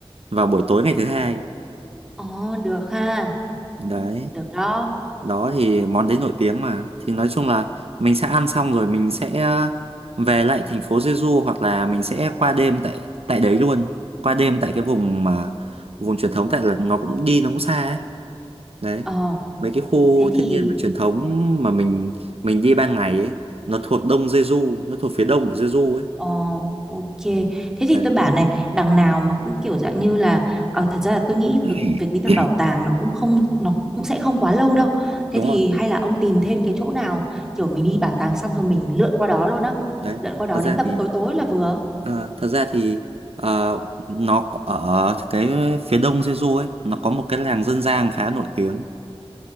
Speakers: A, on the right (about 70°); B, in the centre.
A: vào buổi tối ngày thứ hai
B: ồ được ha
A: đấy
B: được đó
A: đó thì món đấy nổi tiếng mà thì nói chung là mình sẽ ăn xong rồi mình sẽ ờ, về lại thành phố Jeju hoặc là mình sẽ qua đêm tại tại đấy luôn qua đêm tại cái vùng mà vùng truyền thống tại là nó cũng đi nó cũng xa ấy đấy
B: ờ
A: mấy cái khu
B: Thế thì
A: thiên nhiên và truyền thống mà mình mình đi ban ngày ấy nó thuộc đông Jeju nó thuộc phía đông của Jeju ấy
B: ờ, ok. Thế thì
A: đấy
B: tôi bảo này, đằng nào mà cũng kiểu dạng như là ờ, thật ra là tôi nghĩ
A: <clears throat>
B: việc việc đi thăm bảo tàng nó cũng không nó cũng sẽ không quá lâu đâu. Thế
A: đúng
B: thì
A: rồi
B: hay là ông tìm thêm cái chỗ nào kiểu mình đi bảo tàng xong rồi mình lượn qua đó luôn á.
A: đấy
B: Lượn qua đó
A: thật ra
B: đến tầm
A: thì
B: tối tối là vừa.
A: à, thật ra thì à, nó có- ở cái phía đông Jeju ấy nó có một cái làng dân gian khá nổi tiếng